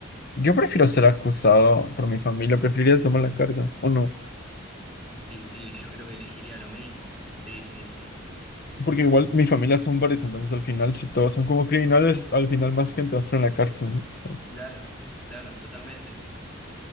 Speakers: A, on the left (about 50°); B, in the centre.
A: Yo prefiero ser acusado por mi familia, preferiría tomar la carga, ¿o no?
B: Y sí, yo creo que elegiría lo mismo. Sí, sí, sí.
A: Porque igual mi familia son varios, entonces al final, si todos son como criminales, al final más gente va a estar en la cárcel, ¿no? Entonces,
B: Claro, claro, totalmente.